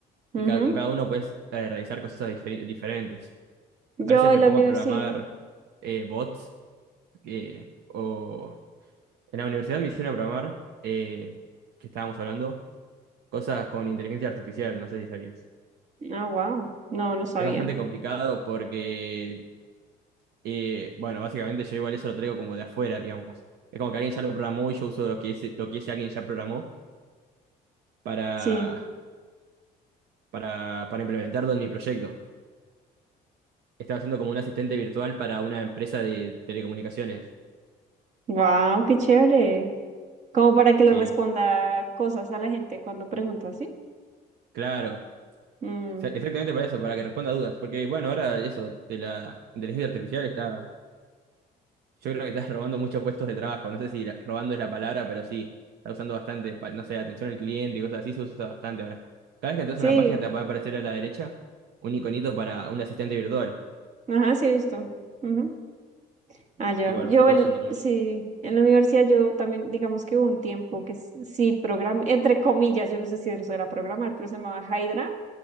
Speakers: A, on the right; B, on the right.
A: y
B: Ujú.
A: cada, con cada uno puedes eh, realizar cosas diferi- diferentes.
B: Yo
A: A veces
B: en
A: me
B: la
A: pongo
B: universidad.
A: a programar eh, bots, eh, o en la universidad me hicieron programar, eh, que estábamos hablando cosas con inteligencia artificial, no sé si sabías.
B: Ah, wow. No, no sabía.
A: Es bastante complicado porque, eh, bueno, básicamente yo igual eso lo traigo como de afuera, digamos. Es como que alguien ya lo programó y yo uso lo que ese, lo que ese alguien ya programó para,
B: Sí.
A: para, para implementarlo en mi proyecto. Estaba haciendo como un asistente virtual para una empresa de telecomunicaciones.
B: Wow, qué chévere. Como para que
A: Sí,
B: le responda cosas a la gente cuando pregunta, ¿sí?
A: claro.
B: Mm,
A: Exa- Exactamente para eso, para que responda a dudas. Porque, bueno, ahora eso de la inteligencia artificial está Yo creo que estás <laughs> robando muchos puestos de trabajo. No sé si la- robando es la palabra, pero sí, está usando bastante, pa- no sé, atención al cliente y cosas así, se usa bastante ahora. Cada vez que entras
B: sí,
A: a una página te va a aparecer a la derecha un iconito para un asistente virtual.
B: ajá, sí he visto. Ujú. Allá.
A: Y bueno,
B: Yo,
A: se está
B: el,
A: usando mucho.
B: sí, en la universidad yo también, digamos que hubo un tiempo que s- sí programé, entre comillas, yo no sé si eso era programar, pero se llamaba Hydra